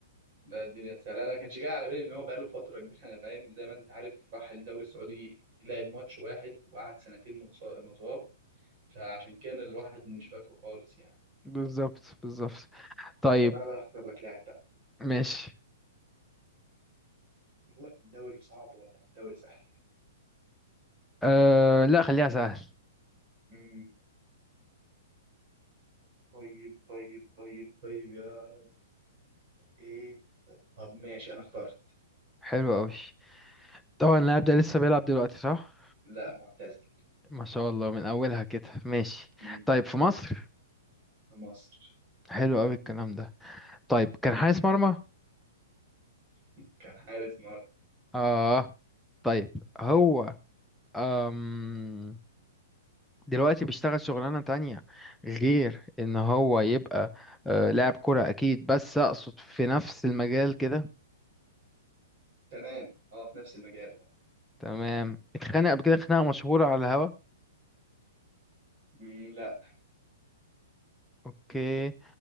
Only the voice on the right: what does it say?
لا الدنيا سهلة أنا ما كانش جاي على بالي إن هو بقاله فترة كبيرة أنا فاهم زي ما أنت عارف راح الدوري السعودي لعب ماتش واحد وقعد سنتين متص- مصاب فعشان كان الواحد مش فاكره خالص يعني
طب أنا بقى هختار لك لاعب بقى
أقول لك الدوري صعب ولا الدوري سهل؟
مم. طيب طيب طيب طيب يا إيه طب ماشي أنا اخترت
لا معتزل
مم.
في مصر
<laughs> كان حارس مرمى
تمام أه في نفس المجال
مم. لا